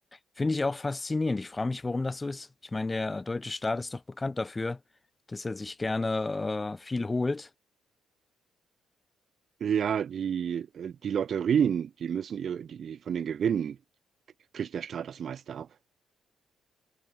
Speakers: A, on the left; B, on the right.
A: Finde ich auch faszinierend. Ich frage mich, warum das so ist. Ich meine, der deutsche Staat ist doch bekannt dafür, dass er sich gerne äh, viel holt.
B: Ja, die, äh, die Lotterien, die müssen ihre, die von den Gewinnen kriegt der Staat das meiste ab.